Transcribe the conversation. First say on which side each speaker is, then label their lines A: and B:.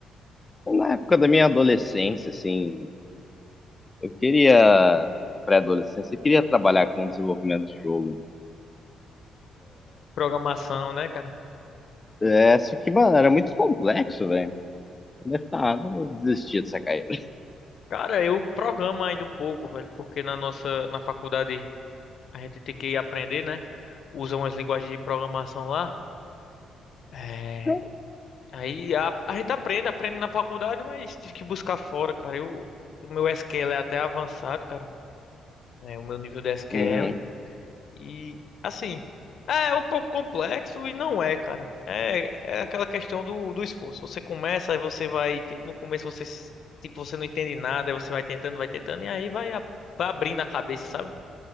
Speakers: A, on the left; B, on the left.
A: Na época da minha adolescência, assim, eu queria, pré-adolescência, eu queria trabalhar com desenvolvimento de jogo.
B: Programação, né, cara?
A: É, só que, mano, era muito complexo, velho. Eu falei, Ah, não vou desistir dessa carreira.
B: Cara, eu programo ainda um pouco, velho, porque na nossa, na faculdade a gente tem que aprender, né? Usa umas linguagens de programação lá. É...
A: <laughs>
B: Aí a, a gente aprende, aprende na faculdade, mas tem que buscar fora, cara. Eu, o meu SQL é até avançado, cara. É, o meu nível de SQL.
A: Uhum,
B: E assim, é um pouco complexo e não é, cara. É, é aquela questão do, do esforço. Você começa, aí você vai, tipo, no começo você s- tipo, você não entende nada, aí você vai tentando, vai tentando, e aí vai, a- vai abrindo a cabeça, sabe?